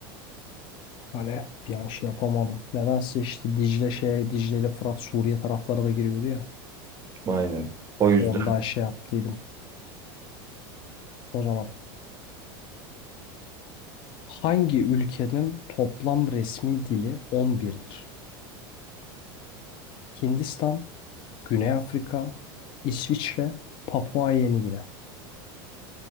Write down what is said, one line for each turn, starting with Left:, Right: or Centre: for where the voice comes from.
Left: Hani bir an şey yapamadım. Nedense işte Dicle şey, Dicle ile Fırat Suriye taraflara da giriyordu ya.
Right: Aynen. O yüzden
Left: Ondan şey yaptıydım. O zaman hangi ülkenin toplam resmi dili on birdir? Hindistan, Güney Afrika, İsviçre, Papua Yeni Gine.